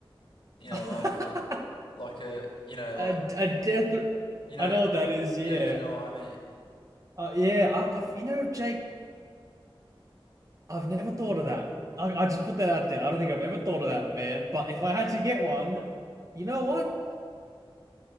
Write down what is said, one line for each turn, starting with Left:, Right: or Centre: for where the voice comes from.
Left: You
Right: <laughs>
Left: know,
Right: A,
Left: like a like a you know
Right: a
Left: like
Right: death.
Left: you know
Right: I know what that is. Yeah.
Left: yeah. Do you know what I mean?
Right: Uh, yeah. I, I've, you know, Jake. I've never thought of that. I, I just put that out there. I don't think I've ever thought of that, man. But if I had to get one, you know what?